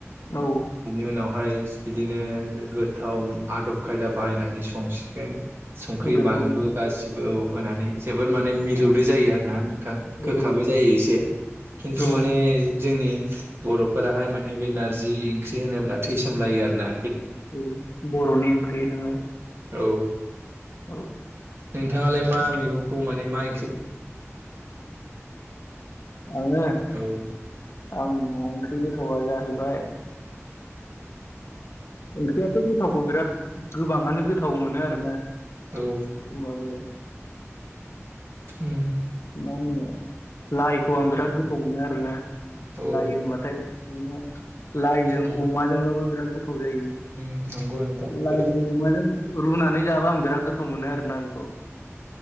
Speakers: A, on the left; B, on the right.
A: औ
B: बिनि उनाव बेहाय बिदिनो गोथाव आदब खायदा बाहायनानै संसिगोन संख्रि-बानलु
A: गोथाव
B: गासिबो औ होनानै जोबोद माने मिलौदो जायो आरो ना नोंथां। गोखाबो
A: औ
B: जायो एसे खिन्थु
A: औ
B: माने जोंनि बर'फोराहाय माने बे नारजि ओंख्रि होनोब्ला थै सोमलायो आरो ना।
A: उम बर'नि ओंख्रि नोङो
B: औ
A: औ
B: नोंथाङालाय मा मैगंखौ माने मा ओंख्रि
A: आङो
B: औ
A: आंनि ओंख्रि गोथावा जाहैबाय ओंख्रियाथ' गोथावखौ बिराद गोबाङानो गोथाव मोनो आरोना होमबाबो
B: औ उम
A: मा होनो लाइखौ आं बिराद गोथाव मोनो आरोना
B: औ
A: लाइ होनबाथाय माने लाइजों
B: उम
A: अमाजोंबाबो बिराद गोथाव जायो।
B: उम नंगौ नोंथां
A: लाइजों
B: गोथाव
A: अमाजों रुनानै जाबा आं बिराद गोथाव मोनो आरोना बेखौ।